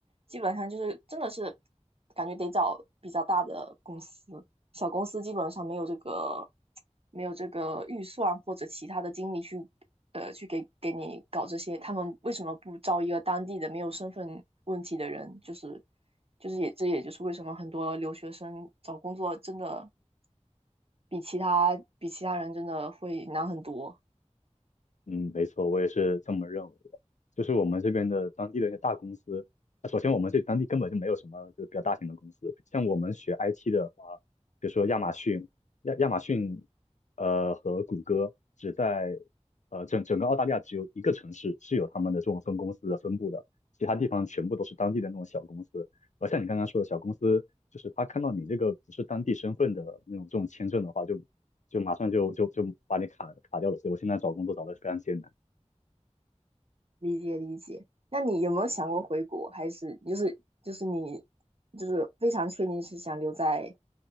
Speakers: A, on the right; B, on the left.
A: 基本上就是真的是感觉得找比较大的公司，小公司基本上没有这个没有这个预算或者其他的精力去。呃，去给给你搞这些，他们为什么不招一个当地的没有身份问题的人？就是就是也这也就是为什么很多留学生找工作真的比其他比其他人真的会难很多。
B: 嗯，没错，我也是这么认为的。就是我们这边的当地的一些大公司，那首先我们这当地根本就没有什么就是比较大型的公司，像我们学 IT 的话，比如说亚马逊，亚亚马逊，呃和谷歌只在呃整整个澳大利亚只有一个城市是有他们的这种分公司的分布的，其他地方全部都是当地的那种小公司。而像你刚刚说的小公司，就是他看到你这个不是当地身份的那种这种签证的话，就就马上就就就把你卡卡掉了。所以我现在找工作找的非常艰难。
A: 理解理解。那你有没有想过回国？还是就是就是你就是非常确定是想留在